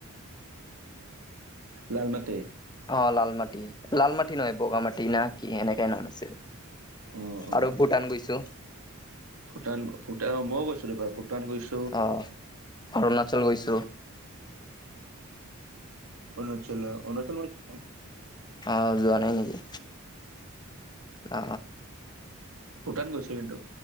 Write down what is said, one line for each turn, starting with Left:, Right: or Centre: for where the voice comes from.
Right: লালমাটি।
Left: অ', লাল মাটি লাল মাটি নহয় বগা মাটি না কি এনেকাই নাম আছিল।
Right: অ অ
Left: আৰু ভূটান গৈছোঁ।
Right: ভূটান ভূটান মই গৈছিলোঁ, ভূটান গৈছোঁ।
Left: অ', অৰুণাচল গৈছোঁ।
Right: অৰুণাচল অৰুণাচল <unintelligible>
Left: অ', যোৱা নাই নেকি? অ
Right: ভূটান গৈছোঁ কিন্তু।